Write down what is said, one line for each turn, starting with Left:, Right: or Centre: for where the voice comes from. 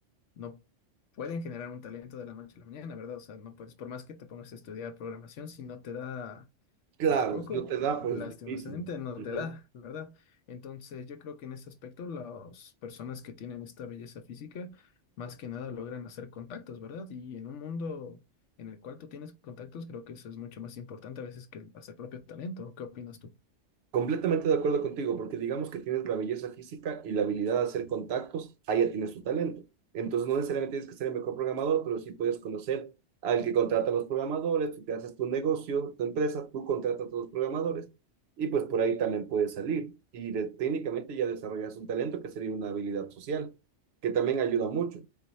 Left: no pueden generar un talento de la noche a la mañana, ¿verdad? O sea, no puedes, por más que te pongas a estudiar programación, si no te da
Right: Claro,
Left: El coco,
Right: si no te da,
Left: lastimosamente,
Right: pues difícil.
Left: no
Right: Ujú.
Left: te da, ¿verdad? Entonces, yo creo que en ese aspecto las personas que tienen esta belleza física, más que nada logran hacer contactos, ¿verdad? Y en un mundo en el cual tú tienes contactos, creo que eso es mucho más importante a veces que el- hacer propio talento. ¿Qué opinas tú?
Right: Completamente de acuerdo contigo, porque digamos que tienes la belleza física y la habilidad de hacer contactos, ahí ya tienes tu talento. Entonces no necesariamente tienes que ser el mejor programador, pero sí puedes conocer al que contrata a los programadores, tú te haces tu negocio, tu empresa, tú contratas a todos los programadores y pues por ahí también puedes salir. Y de- técnicamente ya desarrollas un talento que sería una habilidad social, que también ayuda mucho.